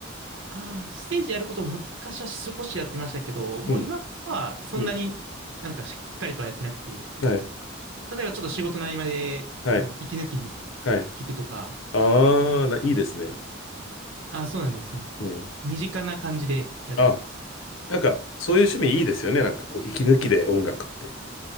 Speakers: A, on the right; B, on the left.
A: ああ、ステージやることも昔は少しやってましたけど、もう今はそんなになんかしっかりとはやってなくて、
B: うん、うん、はい、
A: 例えばちょっと仕事の合間で、
B: はい、
A: あの、息抜きに
B: はい。
A: 弾くとか、
B: ああ、な、いいですね。
A: ああ、そうなんです、そうなんです。
B: うん。
A: 身近な感じでやってます。
B: あ、なんかそういう趣味いいですよね、なんかこう息抜きで音楽って。